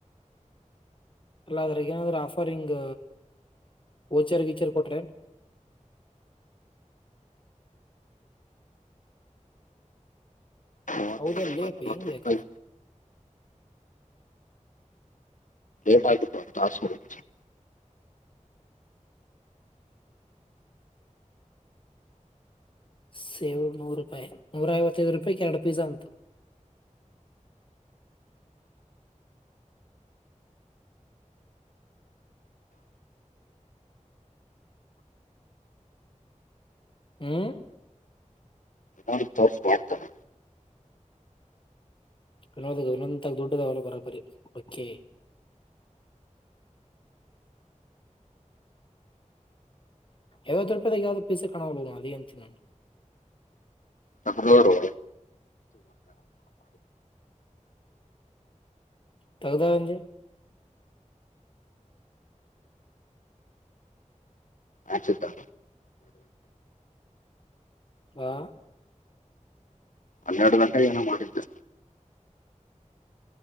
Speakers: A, on the left; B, on the left.
A: ಅಲ್ಲ ಅದ್ರಾಗ ಏನಾದ್ರ ಆಫರ್ ಹಿಂಗ ವೋಚರ್ ಗೀಚರ್ ಕೊಟ್ರೆನ್ <inaudible>
B: ಮೂವತ್ತೈದು
A: ಹೌದಲ್ಲೇ
B: ರೂಪಾಯಿ
A: ಅಪ್ಪ
B: ನಲ್ವತ್ತು
A: ಹೆಂಗ
B: ರೂಪಾಯಿ
A: ರೇಕದ
B: ಲೇಟ್ ಆಯ್ತಪ್ಪ ಟಾಸ್ಕ್ <unintelligible>
A: ಸೇವುಡ್ ನೂರು ರೂಪಾಯಿ ನೂರ ಐವತ್ತೈದು ರೂಪಾಯಿಗ್ ಎರಡು ಪಿಜಾ ಅಂತ ಹ್ಮ
B: ಅರ್ದ್ ತಾಸ್ ಮಾಡ್ತೆನ
A: ವಿನೋದಗ್ ವಿನಂತಾಗ ದುಡ್ಡದಾವಲ್ಲ ಬರಬರಿ ಓಕೆ ಐವತ್ತು ರೂಪಾಯಿದಾಗ ಯಾವ್ದ್ ಪೀಸೆ ಕಾಣಾವಲ್ಲ ಅದೇಂತೀ ನಾನು
B: ತಕ್ರೋಡು
A: ತಗದಾಂಗೆ
B: ಅಚ್ಯುತಾ
A: ಹಾ
B: ಹನ್ನೆರಡು ಗಂಟೆಗೆ ಏನೋ ಮಾಡಿದ್ದೆ